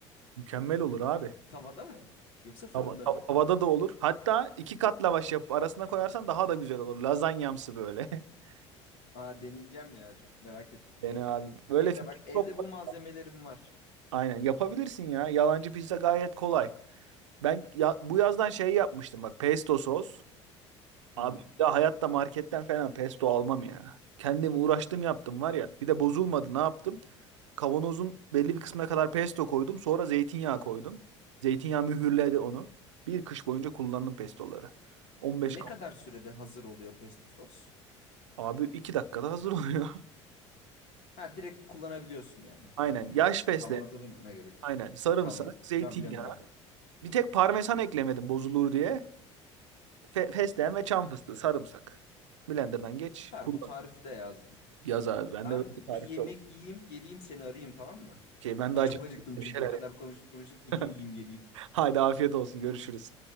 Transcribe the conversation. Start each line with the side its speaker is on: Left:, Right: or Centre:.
Right: Mükemmel olur abi.
Left: tavada mı? Yoksa fırında
Right: Tava- tav-
Left: mı?
Right: Tavada da olur. Hatta iki kat lavaş yapıp arasına koyarsan daha da güzel olur. Lazanyamsı böyle. <laughs>
Left: Aa deneyeceğim ya çok merak ettim.
Right: Yani abi böyle
Left: Evde
Right: fikir
Left: bak evde
Right: çok
Left: bu malzemelerim var.
Right: Aynen yapabilirsin ya. Yalancı pizza gayet kolay. Ben ya, bu yazdan şey yapmıştım bak pesto sos.
Left: Hı
Right: Abi
Left: hı.
Right: bir daha hayatta marketten falan pesto almam ya. Kendim uğraştım yaptım var ya. Bir de bozulmadı ne yaptım? Kavanozun belli bir kısmına kadar pesto koydum. Sonra zeytinyağı koydum.
Left: hı hı.
Right: Zeytinyağı mühürledi onu. Bir kış boyunca kullandım pestoları. 15
Left: Ne
Right: kav-
Left: kadar sürede hazır oluyor pesto sos?
Right: Abi 2 dakikada hazır oluyor.
Left: Ha direkt kullanabiliyorsun yani.
Right: <laughs> Aynen. Yaş fesleğen.
Left: Kavanoza binme gerek yok.
Right: Aynen. Sarımsak,
Left: Tamam.
Right: zeytinyağı.
Left: Ya biliyorum biliyorum.
Right: Bir tek parmesan eklemedim bozulur diye. Fe- fesleğen ve çam fıstığı, sarımsak. Blender'dan geç,
Left: Süper
Right: kullan.
Left: bu tarifi de yazdım.
Right: Yaz abi. Bende
Left: Ben
Right: böyle
Left: bir
Right: bir tarif
Left: yemek
Right: yok.
Left: yiyeyim geleyim seni arayayım tamam mı?
Right: Şey, ben
Left: Aa,
Right: de acıktım
Left: çok acıktım
Right: bir
Left: çünkü
Right: şeyler.
Left: o kadar konuşup konuşup
Right: <laughs>
Left: gideyim yiyeyim geleyim.
Right: Haydi afiyet olsun. Görüşürüz.